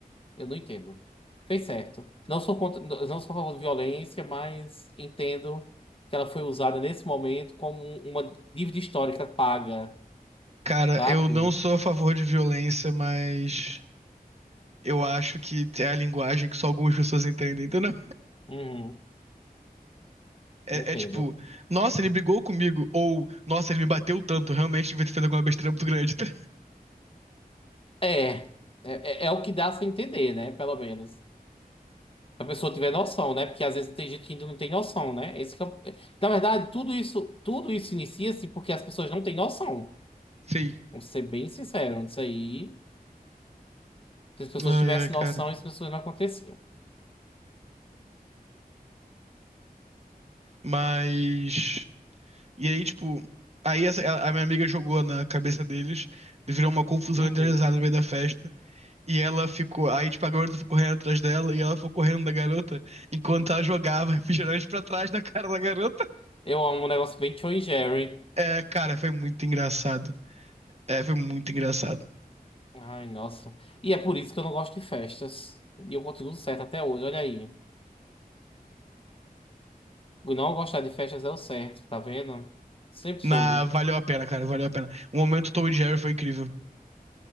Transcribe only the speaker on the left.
Eu não entendo. Fez certo. Não sou contra, não sou a favor de violência, mas entendo que ela foi usada nesse momento como um, uma dívida histórica paga,
sabe?
Uhum,
entendo.
É, é, é é o que dá a se entender, né? Pelo menos. Se a pessoa tiver noção, né? Porque às vezes tem gente que ainda não tem noção, né? Esse que é o- Na verdade, tudo isso, tudo isso inicia-se porque as pessoas não têm noção.
Vamos ser bem sinceros isso aí. Se as pessoas
tivessem
noção, isso não aconteciam.
Uhum.
Eu amo um negócio bem Tom e Jerry.
Ai, nossa. E é por isso que eu não gosto de festas. E eu continuo certo até hoje, olha aí. Não gostar de festas é o certo, tá vendo? Sempre soube.